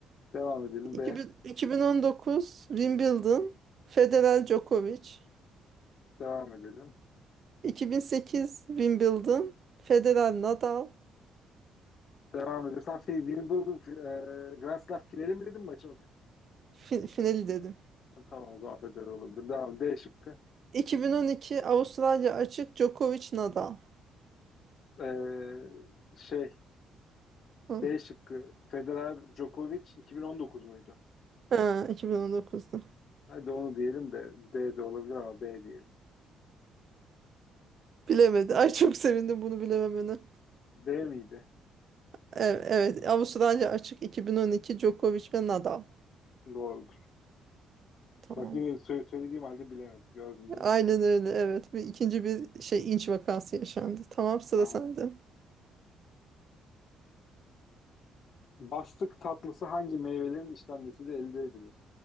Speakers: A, on the left; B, on the right.
A: Devam edelim be.
B: iki bin iki bin on dokuz Wimbledon Federer Djokovic.
A: Devam edelim.
B: 2008 Wimbledon Federer Nadal
A: Devam edelim. Sen fi- Wimbledon fi- e, Grand Slam finali mi dedin maçı mı dedin?
B: Fi- finali dedim.
A: Ha, Tamam o zaman Federer olabilir. Devam. D şıkkı.
B: 2012 Avustralya Açık Djokovic Nadal.
A: E, şey
B: Hı.
A: B şıkkı Federer Djokovic 2019 muydu?
B: Ha, 2019'da.
A: Hadi onu diyelim de D de olabilir ama B diyelim.
B: Bilemedi.
A: Ha,
B: Ay çok sevindim bunu bilememene.
A: D miydi?
B: Evet, evet. Avustralya Açık 2012 Djokovic ve Nadal.
A: Doğrudur.
B: Tamam.
A: Bak yine sö- söylediğim halde bilemedim. Gördün değil
B: Aynen
A: mi?
B: öyle. Evet. Bir ikinci bir şey inç vakası yaşandı. Tamam sıra
A: Aa.
B: sende.
A: Bastık tatlısı hangi meyvelerin işlenmesiyle elde edilir?